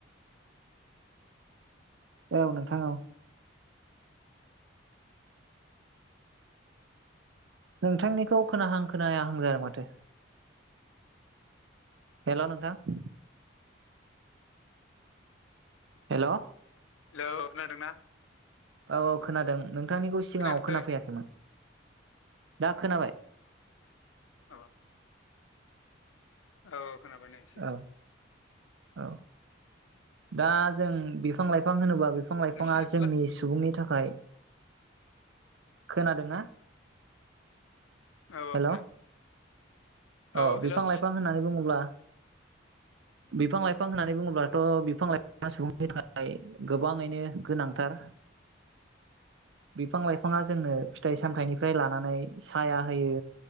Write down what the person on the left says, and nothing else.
हेल' खोनादोंना?
खोनायाखै
औ औ खोनाबाय <unintelligible>
नोंसिनि
औ औ
खोनादों
औ हेलौ